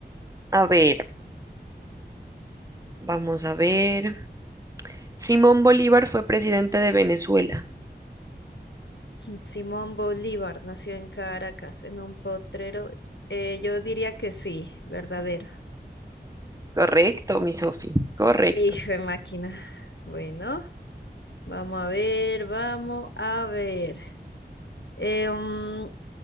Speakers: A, on the right (about 20°); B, on the left (about 80°).
A: A ver, vamos a ver. Simón Bolívar fue presidente de Venezuela.
B: Simón Bolívar nació en Caracas, en un potrero. Eh, yo diría que sí, verdadero.
A: Correcto, mi Sofi. Correcto.
B: Hijo de máquina. Bueno, vamos a ver, vamos a ver. Eh, mm,